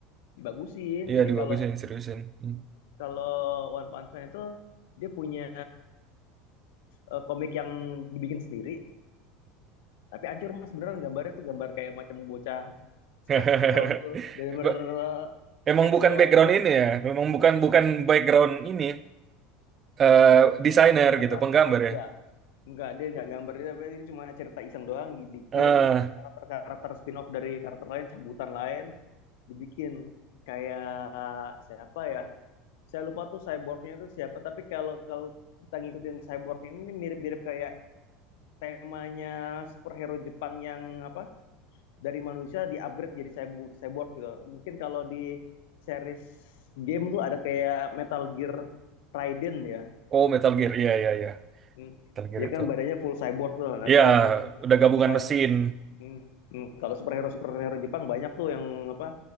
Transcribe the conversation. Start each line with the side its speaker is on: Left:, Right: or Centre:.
Left: dibagusin.
Right: Iya,
Left: Jadi
Right: dibagusin,
Left: kalau
Right: diseriusin. Hmm.
Left: kalau One Punch Man itu dia punya eh, komik yang dibikin sendiri, tapi hancur mas beneran gambarnya tuh gambar kayak macam bocah
Right: <laughs>
Left: sketch draw gitu, bener-bener
Right: Ba-
Left: eh,
Right: Emang
Left: pencil
Right: bukan
Left: line
Right: background
Left: doang
Right: ini ya, memang bukan bukan background ini, eh desainer
Left: gambar.
Right: gitu, penggambar
Left: Enggak,
Right: ya.
Left: Enggak, dia nggak gambar dia tapi ini cuma cerita iseng doang dibikin
Right: Ah,
Left: misalnya karakter-karakter spin-off dari karakter lain cabutan lain dibikin kayak siapa ya saya lupa tuh cyborgnya itu siapa tapi kalau kalau kita ngikutin cyborg ini ini mirip-mirip kayak temanya superhero Jepang yang apa dari manusia di upgrade jadi cyborg cyborg gitu mungkin kalau di series game tuh ada kayak Metal Gear Raiden ya
Right: oh Metal Gear, iya, iya, iya.
Left: Hmm.
Right: Metal Gear
Left: Dia
Right: itu.
Left: kan badannya full cyborg tuh. Nah,
Right: Iya,
Left: kalau yang
Right: udah gabungan
Left: kalau
Right: mesin.
Left: Hmm, hmm. Kalau superhero superhero Jepang banyak tuh yang apa?